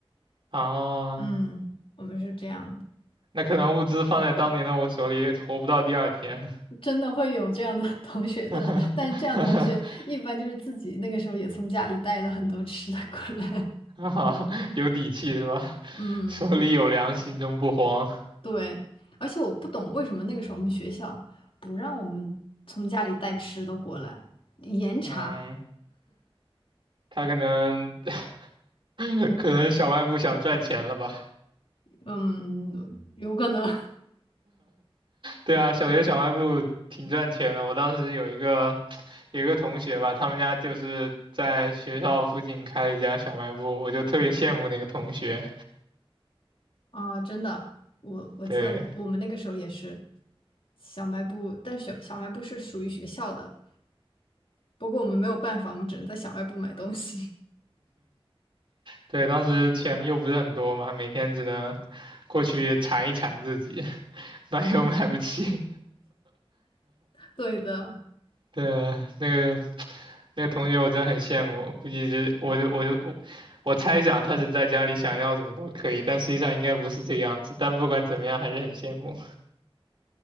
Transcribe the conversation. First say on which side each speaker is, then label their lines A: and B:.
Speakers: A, on the right; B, on the left.
A: 啊，
B: 嗯，我们是这样的。
A: 那可能物资放在当年的我手里，活不到第二天。
B: 真的会有这样的 <laughs> 同学的，
A: <laughs>
B: 但这样同学一般就是自己那个时候也从家里带了很多吃的过来。
A: 啊，有底气是吧？<laughs>
B: <laughs> 嗯，
A: 手里有粮，心中不慌。
B: 对，而且我不懂为什么那个时候我们学校不让我们从家里带吃的过来，严查。
A: 嗯。他可能 <laughs> 可能小卖部想赚钱了吧？
B: 嗯，有可能 <laughs>
A: 对啊，小学小卖部挺赚钱的。我当时有一个 <tsk> 有一个同学吧，他们家就是在学校附近开了一家小卖部，我就特别羡慕那个同学。
B: 啊，真的，我我记得我们那个时候也是
A: 对
B: 小卖部，但小小卖部是属于学校的，不过我们没有办法，我们只能在小卖部买东西。
A: 对，当时钱又不是很多嘛，每天只能过去馋一馋自己，<laughs> 买又买不起。
B: <laughs> 对的。
A: 对，那个那个同学我真的很羡慕，估计是我就我就我我猜想他是在家里想要什么都可以，但实际上应该不是这个样子。但不管怎么样，还是很羡慕。